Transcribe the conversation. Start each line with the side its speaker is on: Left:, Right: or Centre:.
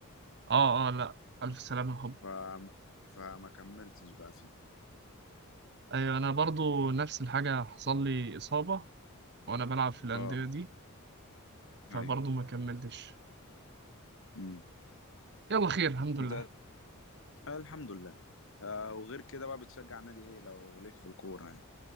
Right: اه اه لا ألف سلامة يا حب
Left: ف... فما كملتش بقى فيه
Right: أيوة أنا برضو نفس الحاجة حصل لي إصابة وأنا بلعب في الأندية
Left: اه
Right: دي فبرضو
Left: ايوه
Right: ما كملتش
Left: امم
Right: يلا خير الحمد
Left: انت
Right: لله
Left: آه، الحمد لله آه وغير كده بقى بتشجع نادي ايه لو ليك في الكورة يعني